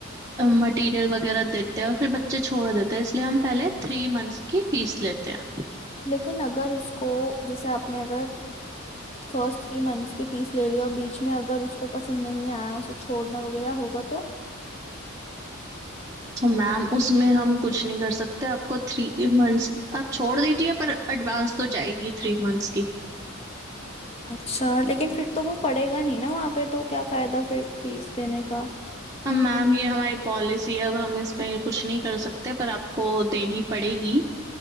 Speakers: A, on the right (about 15°); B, on the left (about 30°).
A: मटेरियल वगैरह देते हैं और फिर बच्चे छोड़ देते हैं इसलिए हम पहले थ्री मंथ्स की फीस लेते हैं
B: लेकिन अगर उसको जैसे आपने अगर फर्स्ट थ्री मंथ्स की फीस ले लियो और बीच में अगर उसको पसंद नहीं आया उसे छोड़ना वगैरह होगा तो
A: तो मैम उसमें हम कुछ नहीं कर सकते आपको थ्री मंथ्स आप छोड़ दीजिए पर एडवांस तो जाएगी थ्री मंथ्स की
B: अच्छा लेकिन फिर तो वो पढ़ेगा नहीं ना वहाँ पे तो क्या फायदा फिर फीस देने का
A: हम मैम ये हमारी पॉलिसी है अब हम इसमें कुछ नहीं कर सकते पर आपको देनी पड़ेगी